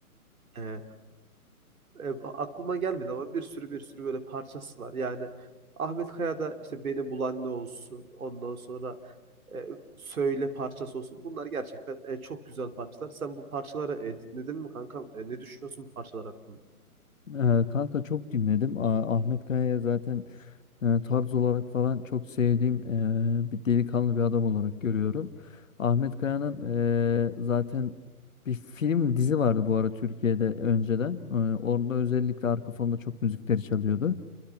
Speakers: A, on the right (about 70°); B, on the left (about 60°).
A: e, e, aklıma gelmedi ama bir sürü bir sürü böyle parçası var. Yani Ahmet Kaya'da işte Beni Bulan Ne olsun. Ondan sonra e, Söyle parçası olsun. Bunlar gerçekten e, çok güzel parçalar. Sen bu parçaları e, dinledin mi kankam? E, ne düşünüyorsun bu parçalar hakkında?
B: Ee, kanka çok dinledim. A- Ahmet Kaya'ya zaten e, tarz olarak falan çok sevdiğim e, bir delikanlı bir adam olarak görüyorum. Ahmet Kaya'nın e, zaten bir film dizi vardı bu ara Türkiye'de önceden. E, orada özellikle arka fonda çok müzikleri çalıyordu.